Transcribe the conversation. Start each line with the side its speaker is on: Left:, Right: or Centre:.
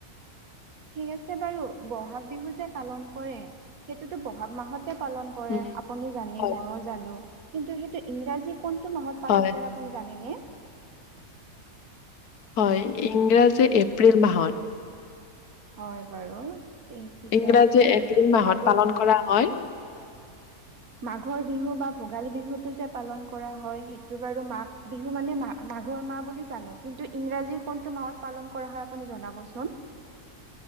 Right: ঠিক আছে বাৰু বহাগ বিহু যে পালন কৰে সেইটোতো বহাগ মাহত। পালন কৰে
Left: উম,
Right: আপুনি জানে
Left: হয়
Right: মইও জানো কিন্তু সেইটো ইংৰাজী। কোনটো মাহত পালন
Left: হয়
Right: কৰে আপুনি জানেনে।
Left: হয় ইংৰাজী এপ্ৰিল মাহত।
Right: হয় বাৰু ঠিকে
Left: ইংৰাজী
Right: আছে
Left: এপ্ৰিল মাহত
Right: আৰু।
Left: পালন কৰা হয়
Right: মাঘৰ বিহু বা ভোগালী বিহুতো যে পালন কৰা হয় সেইটো বাৰু মাঘ বিহু মানে মা। মাঘৰ মাহ বুলি জানো। কিন্তু ইংৰাজী কোনটো মাহত পালন কৰা হয়। আপুনি জনাবচোন!